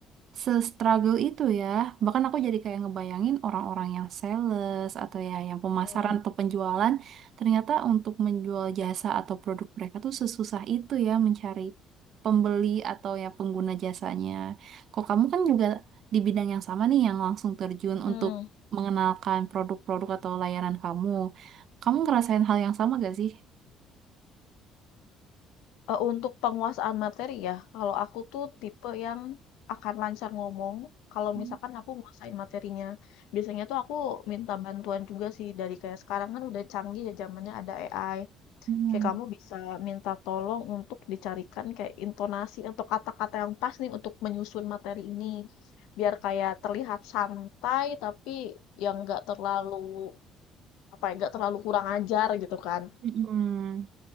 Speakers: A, on the right; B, on the left.
A: se-struggle itu ya. Bahkan aku jadi kayak ngebayangin orang-orang yang sales atau ya yang pemasaran
B: Mm.
A: atau penjualan, ternyata untuk menjual jasa atau produk mereka tuh sesusah itu ya mencari pembeli atau ya pengguna jasanya. Kok kamu kan juga di bidang yang sama nih yang langsung terjun
B: Mmm,
A: untuk mengenalkan produk-produk atau layanan kamu. Kamu ngerasain hal yang sama gak sih?
B: eee, untuk penguasaan materi ya, kalau aku tuh tipe yang akan lancar ngomong kalau
A: Hmm.
B: misalkan aku nguasain materinya. Biasanya tuh aku minta bantuan juga sih dari kayak sekarang kan udah canggih ya zamannya ada AI,
A: Mm-mm.
B: kayak kamu bisa minta tolong untuk dicarikan kayak intonasi atau kata-kata yang pas nih untuk menyusun materi ini, biar kayak terlihat santai tapi yang nggak terlalu, apa ya, nggak terlalu kurang ajar gitu kan.
A: Hmm,